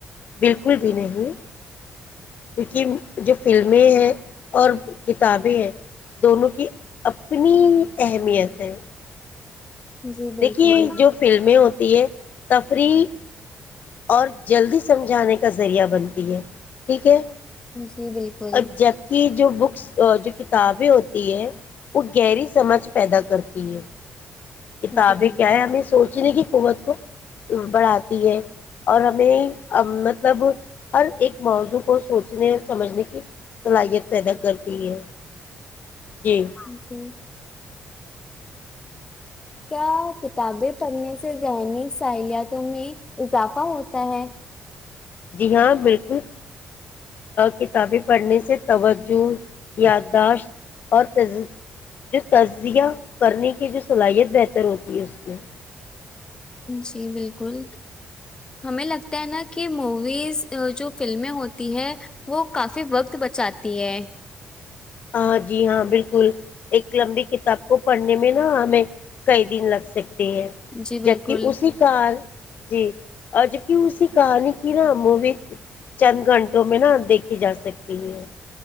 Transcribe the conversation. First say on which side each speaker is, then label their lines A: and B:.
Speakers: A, on the left (about 60°); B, on the left (about 25°).
A: بالکل بھی نہیں کیونکہ جو فلمیں ہیں اور کتابیں ہیں دونوں کی اپنی اہمیت ہے
B: جی بالکل
A: دیکھیے جو فلمیں ہوتی ہے تفریح اور جلدی سمجھانے کا ذریعہ بنتی ہے ٹھیک ہے
B: جی بالکل
A: اھا کی جو بکس جو تابیں ہوتی ہے وہ گہری سمجھ پیدا کرتی ہے کتابیں
B: جی بالکل
A: کیا ہے ہمیں سوچی کہ حکومت کو بڑھاتی ہے اور ہمیں مطلب ہر ایک موضوع کو سوچنے اور سمجھنے کی صلاحیت پیدا کرتی ہے جی
B: ہاں جی کیا کتابیں پڑھنے سے ذہنی صلالاحتوں میں اضافہ ہوتا ہے
A: جی ہاں بالکل کتابیں پڑھنے سے توجہ یادداشت اور جو تجزیہ کرنے کی جو صلاحیت بہتر ہوتی ہے اس میں
B: جی بالکل ہمیں لگتا ہے نا کہ موویز جو فلمیں ہوتی ہے وہ کافی وقت بچاتی ہے
A: ہاں جی ہاں بالکل ایک لمبی کتاب کو پڑھنے میں نا ہمیں کئی دن لگ سکتے
B: جی بالکل
A: جبک اسی کار جی اورج کی اسی کہانی کی نا مووی چند گھنٹوں میں نا دیکھی جا سکتی ہے